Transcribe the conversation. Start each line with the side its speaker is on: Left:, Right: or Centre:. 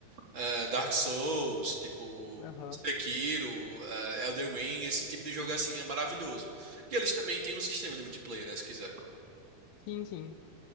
Right: é, Dark Souls, tipo
Left: Aham.
Right: Sekiro, é, Elden Ring, esse tipo de jogo assim é maravilhoso. E eles também têm um sistema de multiplayer, né, se quiser.
Left: Sim, sim.